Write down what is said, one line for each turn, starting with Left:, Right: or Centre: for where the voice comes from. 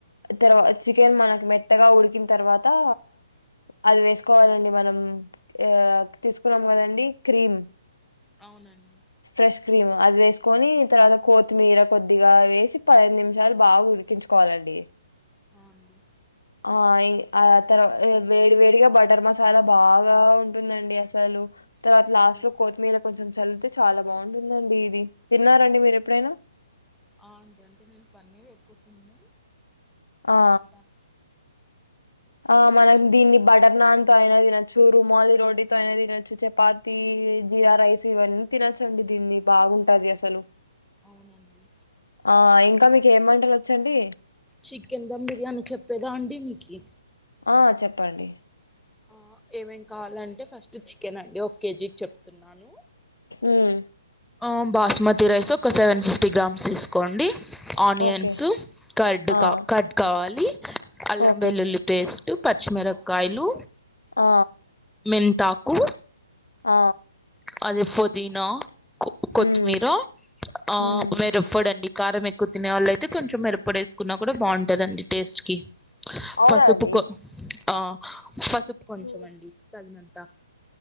Left: తర్వా
Centre: అవును
Left: చికెన్ మనక్ మెత్తగా ఉడికింతర్వాతా అది వేస్కోవాలండి మనం యా తీస్కున్నం కదండీ క్రీమ్
Centre: ఔనండి
Left: ఫ్రెష్ క్రీము అది వేస్కోని తర్వాత కోతిమీర కొద్దిగా వేసి పదైద్ నిమిషాల్ బా ఉడికించు కోవలండీ
Centre: ఆ అండి
Left: ఆ యే ఆ తర్ ఎం వేడి వేడిగ బటర్ మసాలా బాగా ఉంటుందండీ అసలు తర్వాత లాస్ట్
Centre: ఆ అండి
Left: లో కోతిమీర కొంచం చల్లుతే చాలా బావుంటుందండీ ఇదీ తిన్నారండి
Centre: అవునండి
Left: మీరెప్పుడైనా
Centre: ఆ అంటే నేను పన్నీర్ ఎక్కువ తిన్న
Left: ఆ!
Centre: చేస్తాను
Left: ఆ
Centre: మీరు
Left: మనం
Centre: చెప్పిన
Left: దీన్ని
Centre: ప్రాసెస్లో
Left: బటర్ నాన్ తో ఐనా తినొచ్చు రుమాలీ రోటీతో ఐనా తినొచ్చు చపాతీ జీరా రైస్ ఇవన్ తినొచ్చండి దీన్ని బాగుంటది అసలు
Centre: అవునండి
Left: ఆ ఇంకా మీక్ ఏం మంటలొచ్చండీ
Centre: చికెన్ దమ్ బిర్యానీ చెప్పేదా అండీ మీకీ
Left: ఆ చెప్పండి
Centre: ఆ ఏమేం కావాలంటే ఫస్ట్ చికెన్ అండి ఒక్ కేజీక్ చెప్తున్నానూ
Left: ఉమ్
Centre: ఆ బాస్మతి రైసు ఒక సెవెన్ ఫిఫ్టీ గ్రామ్స్ తీస్కోండి ఆనియన్స్
Left: ఓకే.
Centre: కర్డ్
Left: ఆ!
Centre: కా కర్డ్ కావాలీ అల్లం
Left: ఓకే.
Centre: వెల్లుల్లి పేస్టు పచ్చిమిరక్కాయ్లు
Left: ఆ
Centre: మెంతాకూ
Left: ఆ
Centre: అది పొదీనా క్ కొత్తిమీర
Left: హ్మ్.
Centre: ఆ
Left: హ్మ్.
Centre: వెరు పొడండీ కారం ఎక్కువ తినే వాళ్ళయితే కొంచం మిరప్పొడేస్ కున్న కుడ బావుంటదండి టేస్ట్ కీ
Left: అవునా
Centre: పసుపు
Left: అండి?
Centre: కో ఆ పసుప్ కొంచంమండీ
Left: హ్మ్.
Centre: తగినంతా